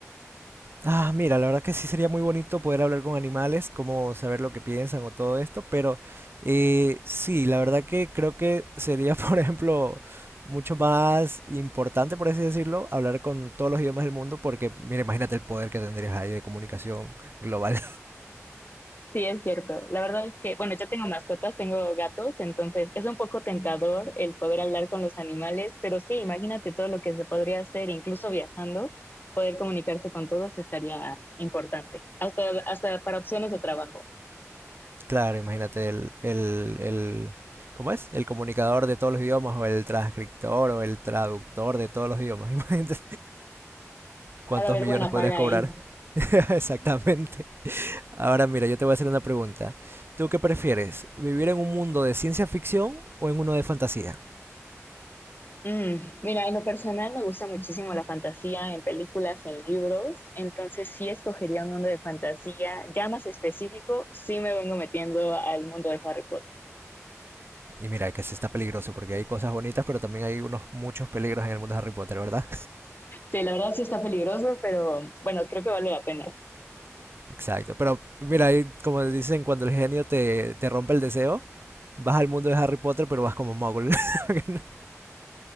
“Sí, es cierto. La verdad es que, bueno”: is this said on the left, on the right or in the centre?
Left